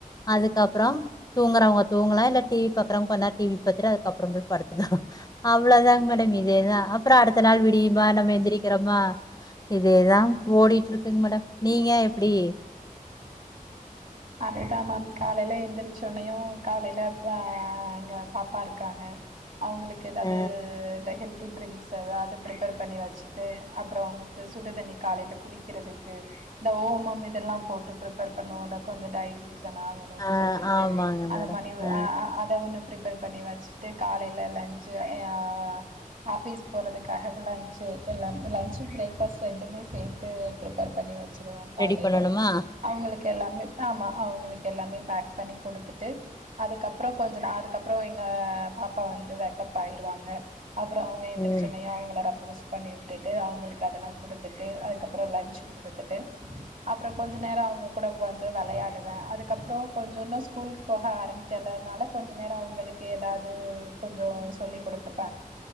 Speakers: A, on the left; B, on the right.
A: அதுக்கப்புறம் தூங்குறவங்க தூங்கலாம் இல்ல டிவி பாக்குறவங்க கொஞ்ச நேரம் டிவி பத்துட்டு அதுக்கப்புறம் போய் படுத்துலாம் அவ்வளவுதாங்க மேடம் இதேதான் அப்புறம் அடுடுத்த எத்தனை நாள் விடியுமா நம்ம எந்திரிக்கிறோமா இதேதான் ஓடிட்டு இருக்குங் மேடம் நீங்க டி
B: அதேதான் மேம் காலையில எந்திரிச்ச சொன்னையும் காலையில ஆஹ் பாப்பா இருக்காங்க அவங்களுக்கு ஏதாது
A: ஆ
B: ஹெ ல்த் ட்ரிங்க்ஸ் எதாது பிரிப்பர் பண்ணி வச்சுட்டு அப்புறம் அவங்களுக்கு சுடுதண்ணி காலையில் குடிக்கிறதுக்கு இந்த ஓமம் இதெல்லாம் போட் ப்ரிப்பேர் பண்ணுவோம் இல்ல கொஞ்சம் டைஜீசன் ணும்னு
A: ஆ
B: சொல்லிட்டு
A: ஆமாங்க
B: அத
A: மேடம்
B: மாரி
A: ஆ
B: அ அ அத ஒன்னு பிரிப்பர் பண்ணி வச்சுட்டு காலையில லஞ்ச் அ ஆபீஸ் போறதுக்காக லஞ்சு எல்லா லஞ்சு பிரேக் பாஸ்ட் ரெண்டுமே சேர்த்து பிரிப்பர் பண்ணி வச்சு ருவேன் காலையில
A: ரெடி பண்ணணுமா
B: ளுக்கு எல்லாமே ஆமா அவங்களுக்கு எல்லாமே பேக் பண்ணி கொடுத்துட்டு அதுக்கப்புறம் கொஞ்ச நா அதுக்கப்புறம் எங்க பாப்பா வந்து வேக்கப் ஆயிருவாங்க அப்புறம் அவங்க எந்திரிச்சனையும்
A: ம்
B: அவங்கள பிரஸ் பண்ணி விட்டுட்டு அவங்களுக்கு அதெல்லாம் குடுத்துட்டு அதுக்கப்புறம் லஞ்சு குடுத்துட்டு அப்புறம் கொஞ்சே நேரம் அவங்க கூட வந்து விளையாடுவேன் அதுக்கப்புறம் கொஞ்சம் இன்னும் ஸ்கூலு போக ஆரம்பிக்கலைனால கொஞ்சம் நேரம் அவங்களுக்கு எதாது கொஞ்சம் சொல்லிக் குடுத்துப்பேன்